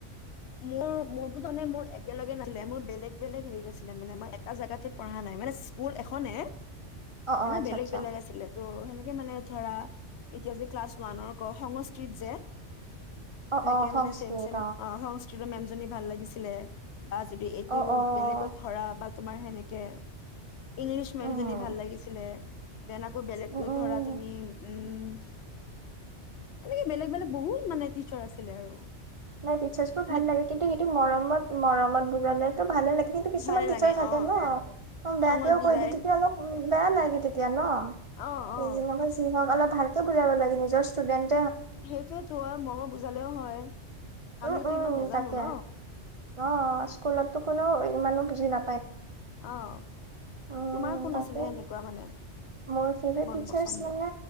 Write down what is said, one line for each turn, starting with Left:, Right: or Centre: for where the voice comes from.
Left: মোৰ মোৰতো তানে মোৰ একেলগে নাছিলে মোৰ বেলেগ বেলেগ হেৰিত আছিলে মানে মই এটা জেগাতে পঢ়া নাই মানে স্কুল এখনে
Right: অ', অ',
Left: মানে
Right: আচ্ছা,
Left: বেলেগ
Right: আচ্ছা।
Left: বেলেগ আছিলে তো সেনে কে মানে ধৰা এতিয়া যে ক্লাছ ওৱানৰ ক সংস্কৃত যে
Right: অ',
Left: এনেকে
Right: অ', সংস্কৃত
Left: মানে চেম চেম অ হাউচ জনী ভাল লাগিছিলে। বা যদি এইটো
Right: অ', অ',
Left: বেলেগত ধৰা বা তোমাৰ সেনেকে ইংলিছ মেম
Right: উম।
Left: জনী ভাল লাগিছিলে। দেন আকৌ বেলেগ
Right: উম উম
Left: ধৰা তুমি উম এনেকে বেলেগ বেলেগ বহুত মানে টিচাৰ আছিলে আৰু।
Right: নাই টিচাৰ্ছ
Left: মানে
Right: ভাল লাগে কিন্তু সেইটো মৰমত মৰমত বুজালে তো ভালে লাগে। কিন্তু কিছুমান
Left: ভালে
Right: টিচাৰ
Left: লাগে
Right: থাকে
Left: অ
Right: ন
Left: খঙত
Right: বেয়াকেও
Left: বুজাই
Right: কৈ দি তেতিয়া অলপ উ বেয়া লাগে তেতিয়া ন।
Left: অ অ
Right: যিমানে যি হক অলপ ভালকে বুজাব লাগে নিজৰ ষ্টুডেণ্ট
Left: সেইটোয়ে তোৰ মৰমৰ বুজালেও হয়। আমিওতো
Right: উম উম
Left: ইমান নাজানো
Right: তাকে
Left: ন।
Right: অ, স্কুলতো কোনো ইমানো বুজি না
Left: অহ
Right: উম
Left: তোমাৰ কোন
Right: তাকে
Left: আছিলে সেনেকুৱা মানে।
Right: মোৰ ফেভাৰেত
Left: মন
Right: তিটচাৰ
Left: পচন্দ
Right: মানে